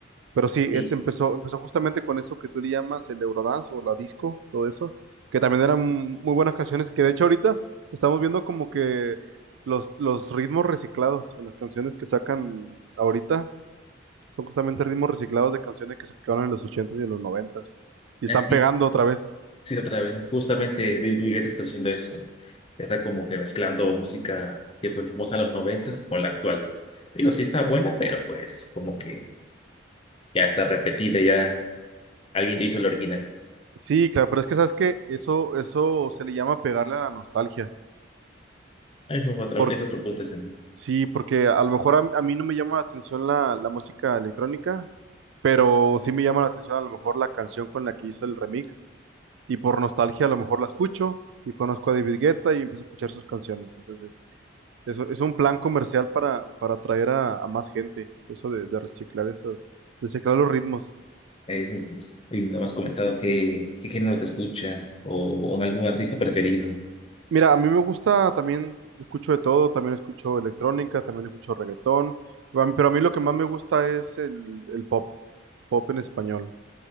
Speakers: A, on the right; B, on the left.
A: Pero sí, es,
B: Sí,
A: empezó, empezó justamente con eso que tú le llamas el Eurodance o la disco, todo eso, que también eran muy buenas canciones, que de hecho ahorita estamos viendo como que los, los ritmos reciclados en las canciones que sacan ahorita son justamente ritmos reciclados de canciones que sacaron en los ochentas y en los noventas y están
B: así,
A: pegando otra vez.
B: sí, otra vez. Justamente David Guetta está haciendo eso. Está como que mezclando música que fue famosa en los 90 con la actual. Digo, sí está buena, pero pues como que ya está repetida, ya alguien ya hizo la original.
A: Sí, claro, pero es que sabes que eso, eso se le llama pegarle a la nostalgia.
B: Eso es otro,
A: por
B: es otro punto ese. ¿no?
A: Sí, porque a lo mejor a, a mí no me llama la atención la, la música electrónica, pero sí me llama la atención a lo mejor la canción con la que hizo el remix y por nostalgia a lo mejor la escucho y conozco a David Guetta y empiezo a escuchar sus canciones. Entonces, eso es un plan comercial para, para atraer a, a más gente, eso de, de reciclar esas, de reciclar los ritmos.
B: Eso es, y no me has comentado qué, qué género te escuchas o, o algún artista preferido.
A: Mira, a mí me gusta también, escucho de todo, también escucho electrónica, también escucho reggaetón, pero a mí lo que más me gusta es el, el pop, pop en español.